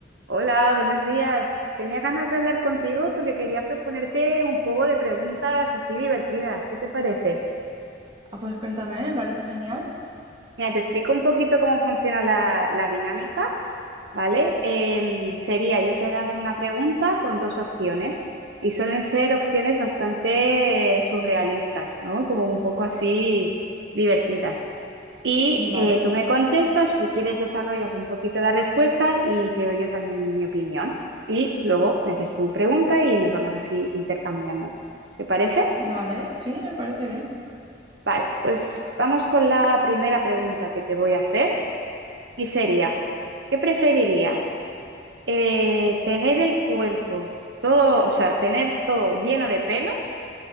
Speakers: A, on the right; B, on the right.
A: Hola, buenos días. Tenía ganas de hablar contigo porque quería proponerte un juego de preguntas así divertidas. ¿Qué te parece?
B: Ah, pues cuéntame, me parece genial.
A: Mira, te explico un poquito cómo funciona la, la dinámica ¿vale? Em, sería, yo te lanzo una pregunta con dos opciones y suelen ser opciones bastante eh, surrealistas, ¿no? Como un poco así divertidas. Y
B: Vale,
A: eh, tú me contestas, si quieres desarrollas un poquito la respuesta y te doy yo también mi opinión. Y luego me haces tu pregunta y nos vamos así intercambiando. ¿Te parece?
B: vale, sí, me parece bien.
A: Vale, pues vamos con la primera pregunta que te voy a hacer. Y sería, ¿qué preferirías? Eh, ¿tener el cuerpo todo, o sea, tener todo lleno de pelo